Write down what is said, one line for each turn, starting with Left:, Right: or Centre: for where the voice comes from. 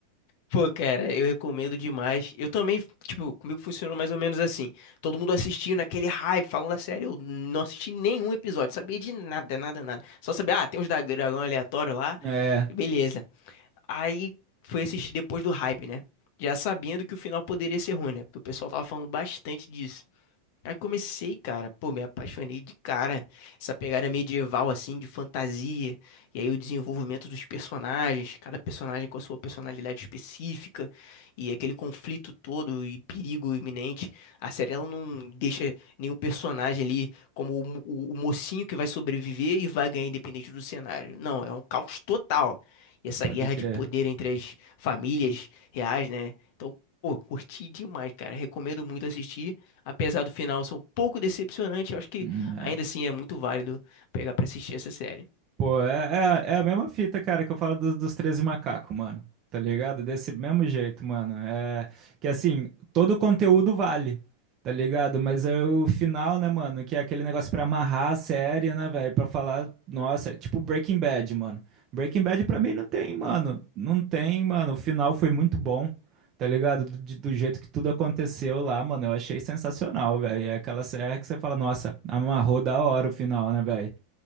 Left: Pô, cara, eu recomendo demais. Eu também, tipo, comigo funcionou mais ou menos assim. Todo mundo assistindo naquele hype, falando da série. Eu não assisti nenhum episódio, sabia de nada, nada, nada. Só sabia, ah, tem uns da- dragão aleatório lá.
Right: É,
Left: Beleza. Aí fui assistir depois do hype, né? Já sabendo que o final poderia ser ruim, né? Porque o pessoal tava falando bastante disso. Aí comecei, cara, pô, me apaixonei de cara. Essa pegada medieval, assim, de fantasia. E aí o desenvolvimento dos personagens, cada personagem com a sua personalidade específica. E aquele conflito todo e perigo iminente. A série, ela não deixa nenhum personagem ali como o, mo- o- o mocinho que vai sobreviver e vai ganhar independente do cenário. Não, é um caos total. E essa
Right: pode
Left: guerra
Right: crer.
Left: de poder entre as famílias reais, né? Então, pô, curti demais, cara. Recomendo muito assistir apesar do final ser um pouco decepcionante, eu acho que
Right: Hum,
Left: ainda assim é muito válido pegar pra assistir essa série.
Right: Pô, é, é, é a mesma fita, cara, que eu falo dos, dos 13 macacos, mano. Tá ligado? Desse mesmo jeito, mano. É que assim, todo o conteúdo vale, tá ligado? Mas é o final, né, mano? Que é aquele negócio pra amarrar a série, né, velho? Pra falar, nossa, é tipo Breaking Bad, mano. Breaking Bad pra mim não tem, mano. Não tem, mano. O final foi muito bom, tá ligado? Do, de- do jeito que tudo aconteceu lá, mano. Eu achei sensacional, velho. É aquela série que você fala, nossa, amarrou da hora o final, né, velho?